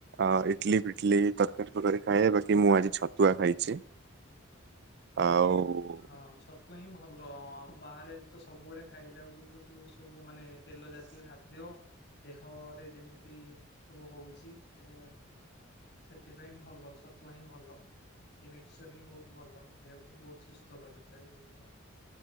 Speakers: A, on the right; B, on the left.
A: ଅ
B: ହୁଁ
A: ଇଟଲି ଫିଟଲି, ତରକାରୀ
B: ହୁଁ
A: ଫରକାରୀ ଖାଏ ବାକି ମୁଁ ଆଜି ଛତୁଆ ଖାଇଛି।
B: ହୁଁ।
A: ଆଉ
B: ଛ ହଁ ଛ ତୁଆ ହିଁ ଭଲ ହଁ ବାହାରେ ତ ସବୁବେଳେ ଖାଇଲା ବେଳକୁ ଯୋଉ ସବୁ ମାନେ ତେଲ ଜାତୀୟ ଖାଦ୍ୟ ଦେହରେ ଯେମିତି ସବୁ ହେଉଛି ଏଣେ ସେଥିପାଇଁ ଭଲ ଛତୁଆ ହିଁ ଭଲ। ସେ ମିକ୍ସଚର ହିଁ ବହୁତ ଭଲ ଦେହକୁ ବହୁତ ସୁସ୍ଥ କରିଥାଏ ବହୁତ ଭଲ।